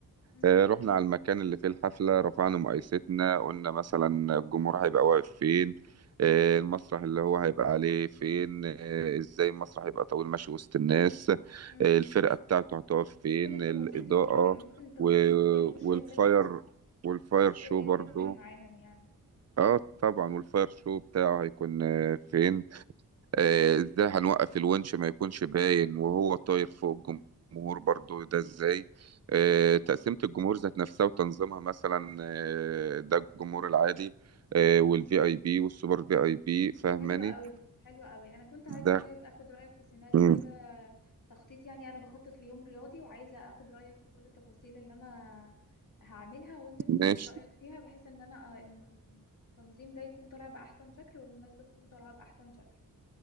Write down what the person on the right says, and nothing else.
آه، رحنا على المكان اللي فيه الحفله رفعنا مقايستنا قلنا مثلا الجمهور هيبقى واقف فين آه، المسرح اللي هو هيبقى عليه فين آه، ازاي المسرح هيبقى طويل ماشي وسط الناس
آه، الفرقه بتاعته هتقف فين
الاضاءه
و-
والفاير
والفاير
شو
برضو
اه طبعا والفاير شو بتاعه هيكون آه، فين آه، ازاي هنوقف الونش ما يكونش باين وهو طاير فوق الجمهور برضو ده ازاي آه، تقسيمة الجمهور ذات نفسها وتنظيمها مثلا آه، ده الجمهور العادي آه، والفي اي بي والسوبر في اي بي فاهماني
ده
مم،
ماشي